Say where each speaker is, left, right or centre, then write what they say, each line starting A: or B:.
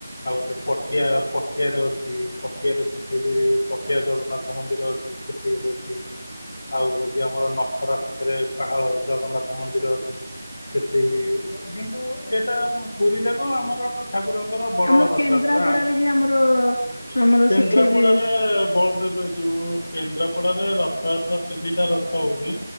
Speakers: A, on the left (about 15°); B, on the left (about 45°).
A: ଆଉ ଗୋଟେ ପଟିଆ ପଟିଆରେ ଅଛି ପଟିଆରେ ସେଠି ବି ପଟିଆ ଜଗନ୍ନାଥ ମନ୍ଦିର ଅଛି। ସେଠି ବି ହଉଚି। ଆଉ ହଉଛି ଆମର ନଖରା ପାଖେରେ ପାହାଳ ଜଗନ୍ନାଥ ମନ୍ଦିର ଅଛି। ସେଠିକି ଅ କିନ୍ତୁ ଏଇଟା ପୁରୀ କଣ ଆମର ଠାକୁରଙ୍କର ବଡ
B: ଆମର
A: ରଥଯାତ୍ରା
B: କେନ୍ଦ୍ରାପଡାରେ ବି ଆମର ଆମର
A: କେନ୍ଦ୍ରାପଡାରେ
B: ସେଠି ବି
A: ବଳ ବେବେଜଉ କେନ୍ଦ୍ରାପଡାରେ ରଥଯାତ୍ରା ତିନିଟା ରଥ ହଉନି